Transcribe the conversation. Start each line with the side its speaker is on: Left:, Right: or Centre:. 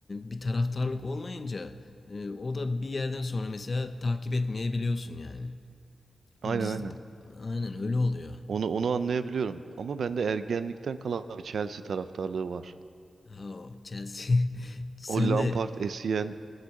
Left: bir taraftarlık olmayınca e, o da bir yerden sonra mesela takip etmeyebiliyorsun yani.
Right: Aynen
Left: Biz
Right: aynen.
Left: bu- aynen öyle oluyor.
Right: Onu onu anlayabiliyorum. Ama bende ergenlikten kalan bir Chelsea taraftarlığı var.
Left: Ha, o Chelsea. <laughs> Sen
Right: O Lampard,
Left: de
Right: Essien